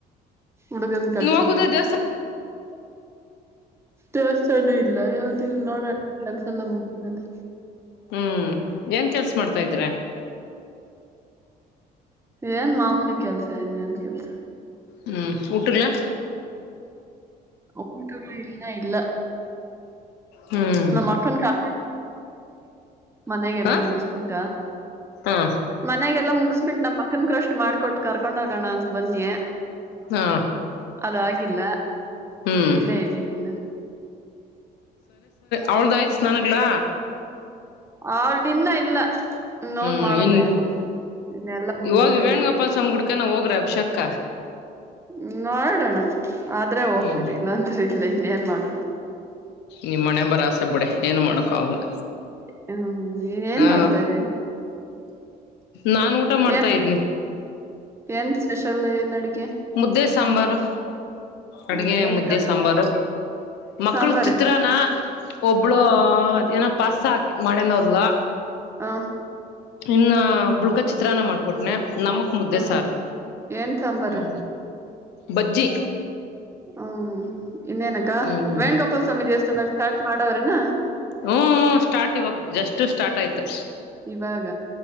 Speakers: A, on the right; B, on the left.
A: ಹುಡುಗನ್ ಕಳ್ಸಿದೀವಿ.
B: ನೀ ಹೋಗುದ ದೇವಸ್ಥಾನ
A: ದೇವಸ್ಥಾನ ಇಲ್ಲ ಯಾವುದು ಇಲ್ಲ ನೋಡೋಣ ಕೆಲಸ ಎಲ್ಲ ಮುಗಿದ್ಮೇಲೆ.
B: ಹ್ಮ್ ಏನ್ ಕೆಲ್ಸ ಮಾಡ್ತಾ ಇದ್ರ.
A: ಏನ್ ಮಾಮೂಲಿ ಕೆಲ್ಸ ಇನ್ನೇನ್ ಕೆಲ್ಸ.
B: ಹ್ಮ್ ಊಟದ್ಲಾ
A: <unintelligible> ಇಲ್ಲ
B: ಹ್ಮ್
A: ನಮ್ಮಕ್ಕನ್ಗೆ ಮನೆಗೆಲ್ಲ
B: ಹ
A: ಮುಗಿಸಬಿಟ್ಟ
B: ಹಾ
A: ಮನೆಗೆಲ್ಲ ಎಲ್ಲ ಮುಗಿಸ್ಬಿಟ್ಟು ನಮ್ ಮಕ್ಕಂಗ್ ಕ್ರಷ್ಟ್ ಮಾಡ್ಕಟ್ಟು ಕರ್ಕೊಂಡ್ ಹೋಗೋಣ ಅಂತ ಬನ್ನಿ.
B: ಹಾ
A: ಅದಾಗಿಲ್ಲ
B: ಹ್ಮ್
A: ಇಲ್ಲೆ ಇದ್ದೀನಿ ಇನ್ನ.
B: ಅವಳ್ದ ಆಯ್ತು ಸ್ನಾನಗಳು.
A: ಅವಳ್ದ ಇನ್ನ ಇಲ್ಲ. ಇನ್
B: ಹ್ಮ್
A: ಹೋಗ್ ಮಾಡೋದ
B: ಇನ್
A: ಯಮುನ್ ಇನ್ನೆಲ್ಲಾ ಮುಗಿದ್ಮೇಲೆ
B: ಇ ಹೋಗಿ ವೇಣುಗೋಪಾಲ
A: ಇಲ್ಲಿ
B: ಸ್ವಾಮಿ ಗುಡಿಕನ್ನ ಹೋಗ್ರೇ. ಉಷಕ್ಕ
A: ಹ್ಮ್ ಮಾಡೋಣ ಆದ್ರೆ ಓ್ತತಿರಿ
B: ಹ್ಮ್
A: ಇಲ್ಲಾಂದ್ರೆ ಇಲ್ಲಿ ಇನ್ನ ಏನ್ ಮಾಡದು.
B: ನಿಮ್ಮಣೆ ಬರ ಆಸೆ ಬಿಡಿ ಏನು ಮಾಡಕ ಆಗಲ್ಲ
A: ಹ್ಮ್ ಏನ್
B: ಹಾ
A: ಮಾಡ್ತಾ ಇದ್ದೀರಿ
B: ನಾನ್ ಊಟ ಮಾಡ್ತಾ
A: ಏನ್
B: ಇದ್ನಿ
A: ಏನ್ ಸ್ಪೆಷಲ್ ಏನಡಿಗಿ
B: ಮುದ್ದೆ ಸಾಂಬಾರು
A: ಹ್ಮ್
B: ಅಡ್ಗೆ
A: ಏನಕ್ಕ
B: ಮುದ್ದೆ ಸಾಂಬಾರು ಮಕ್ಕಳ್ಗ
A: ಸಾಂಬಾರೇನ
B: ಚಿತ್ರಾನ್ನ ಒಬ್ಳು
A: ಹ್ಮ್
B: ಅದೇನೋ ಪಾಸ್ತಾ ಹಾಕ್ ಮಾಡೇನೋದ್ಲು
A: ಹಾ
B: ಇನ್ನ ಬುಳ್ಕ ಚಿತ್ರಾನ್ನ ಮಾಡ್ಕೊಟ್ನೆ ನಮ್ಕ ಮುದ್ದೆ
A: ಹ್ಮ್
B: ಸಾರು
A: ಏನ್ ಸಾಂಬಾರು
B: ಹ್ಞ ಬಜ್ಜಿ
A: ಹ್ಮ್ ಇನ್ನೇನಕ್ಕ
B: ಹ್ಮ್
A: ವೇಣುಗೋಪಾಲ ಸ್ವಾಮಿ ದೇವಸ್ಥಾನಾ ಸ್ಟಾರ್ಟ್ ಮಾಡವ್ರೇನ್ನ
B: ಹ್ಮ್ ಹ್ಮ್ ಸ್ಟಾರ್ಟ್ ಇವಾಗ್ ಜಸ್ಟ್ ಸ್ಟಾರ್ಟ್ ಆಯ್ತು
A: ಇವಾಗ